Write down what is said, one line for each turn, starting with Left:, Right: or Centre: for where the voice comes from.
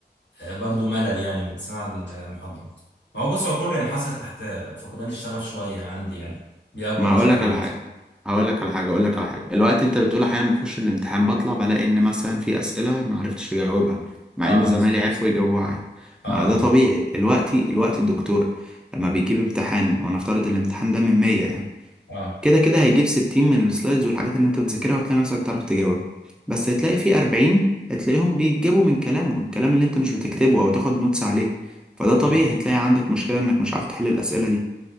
Left: آه، برضو ملل يعني من سماع المحاضره هو بص هو كله ينحصر تحت فقدان الشغف شويه عندي يعني دي اكبر
Centre: ما
Left: مشكله
Centre: هقول لك على
Left: عندي
Centre: حاجه هقول لك على حاجه اقول لك على حاجه الوقت انت بتقول احيانا بخش الامتحان بطلع بلاقي ان مثلا في اسئله ما عرفتش اجاوبها مع
Left: اه
Centre: ان زمايلي
Left: مظبوط
Centre: عرفوا يجاوبوها عادي
Left: اه
Centre: ما ده
Left: اه
Centre: طبيعي الوقت الوقت الدكتور لما بيجيب امتحان ونفترض الامتحان ده من 100 يعني
Left: اه
Centre: كده كده هيجيب 60 من السلايدز والحاجات اللي انت بتذاكرها وتلاقي نفسك تعرف تجاوب بس هتلاقي في 40 هتلاقيهم بيتجابوا من كلامه الكلام اللي انت مش بتكتبه او تاخد نوتس عليه فده طبيعي
Left: مم.
Centre: هتلاقي عندك مشكله انك مش عارف تحل الاسئله دي